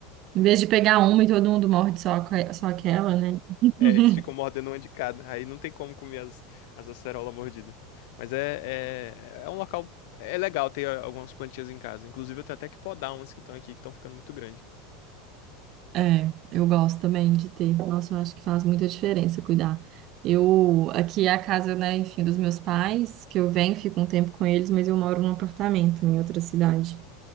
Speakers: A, on the right; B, on the left.
A: Em vez de pegar uma e todo mundo morde só, aque- só aquela, né? <laughs>
B: É, eles ficam mordendo uma de cada. Aí não tem como comer as, as acerolas mordidas. Mas é, é, é um local. É legal ter ah, algumas plantinhas em casa. Inclusive, eu tenho até que podar umas que estão aqui, que estão ficando muito grandes.
A: É, eu gosto também de ter. Nossa, eu acho que faz muita diferença cuidar. Eu, aqui é a casa, né, enfim, dos meus pais, que eu venho, fico um tempo com eles, mas eu moro num apartamento em outra cidade.